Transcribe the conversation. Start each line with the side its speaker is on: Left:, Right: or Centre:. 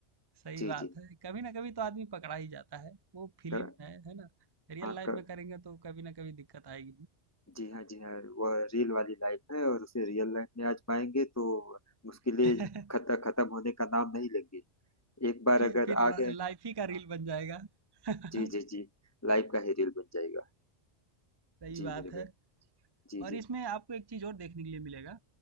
Right: सही
Left: जी
Right: बात
Left: जी
Right: है कभी ना कभी तो आदमी पकड़ा ही जाता है वो फिल्म
Left: कर
Right: है है ना रियल
Left: हाँ
Right: लाइफ
Left: कर
Right: में करेंगे तो कभी ना कभी दिक्कत आएगी
Left: जी हाँ जी हाँ वह रियल वाली लाइफ है और उसे रियल लाइफ में आजमाएंगे तो मुश्किलें
Right: <laughs>
Left: खत, खत्म होने का नाम नहीं लेंगे एक बार
Right: फिर
Left: अगर
Right: फिर
Left: आ
Right: ल-
Left: गए
Right: लाइफ ही का रील बन जाएगा <laughs> सही
Left: जी जी जी लाइफ का ही रियल बन जाएगा जी
Right: बात
Left: मेरे
Right: है
Left: भाई जी
Right: और
Left: जी
Right: इसमें आपको एक चीज और देखने के लिए मिलेगा